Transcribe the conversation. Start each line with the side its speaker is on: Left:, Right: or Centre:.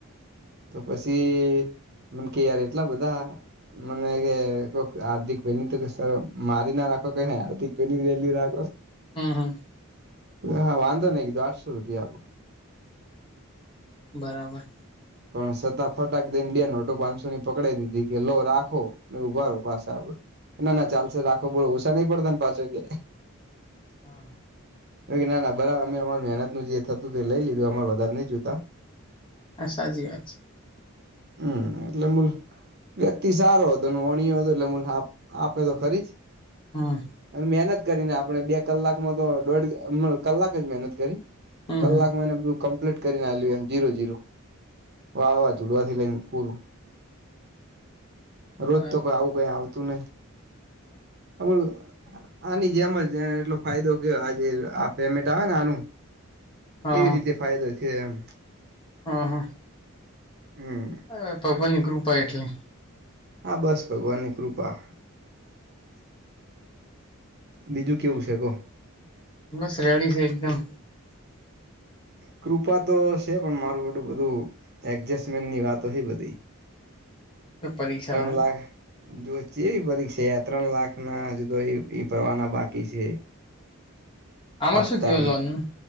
Right: તો પસી મન કે યાર એટલાં બધાં? મને કે કોક હાર્દિકભઈની તો સર મારી ના રાખો કઈ હે હાર્દિકભઈની તો વેલ્યુ રાખો.
Left: હમ હમ
Right: હા વાંધો નહીં કીધું આઠસો રૂપિયા આપો.
Left: બરાબર.
Right: પણ સતા ફટાક દઈને બે નોટો પાંચસોની પકડાઈ દીધી કે લો રાખો. મેં કીધું ઊભા રો પાસા આપે ના ના ચાલશે રાખો બોલો ઓછા નહીં પડતાને પાછો કે.
Left: હા હા.
Right: એવું કે ના ના બરાબર અમે અમાર મહેનતનું જે થતું હતું એ લઈ લીધું અમાર વધારે નઈ જોતાં.
Left: હા, સાચી વાત છે.
Right: હમ્મ એટલે મૂલ વ્યક્તિ સારો હતો વોણયો હતો એટલે હું આ આપે તો ખરી જ.
Left: હ.
Right: એમ મહેનત કરીને આપણે બે કલાકમાં તો દોઢ કલાક જ મહેનત કરી.
Left: હમ
Right: કલાકમાં
Left: હમ
Right: એને બધું કમ્પ્લીટ કરીને આલ્યું એમ જીરો જીરો. વાવા ઝુડવાથી લઈને પૂરું.
Left: હા
Right: રોજ તો કોઈ આવું કંઈ આવતું નહીં આ મન આની જેમ જ એટલો ફાયદો કેયો આજે આ પેમેન્ટ આવેને આનું.
Left: હા
Right: એવી રીતે ફાયદો થયો એમ.
Left: અ હ.
Right: હમ્મ.
Left: હ ભગવાનની કૃપા એટલી.
Right: હા બસ, ભગવાનની કૃપા. બીજું કેવું છે કો?
Left: બસ રેડી છે એકદમ.
Right: કૃપા તો છે પણ મારું હાટું બધું એડજસ્ટમેન્ટની વાતો હે બધી.
Left: પરીક્ષા
Right: ત્રણ
Left: લ
Right: લાખ જો ચેવી બધી છે ત્રણ લાખના જુદ એ ફરવાના બાકી છે.
Left: આમાં
Right: આપતાનું
Left: શું થયું લોનનું?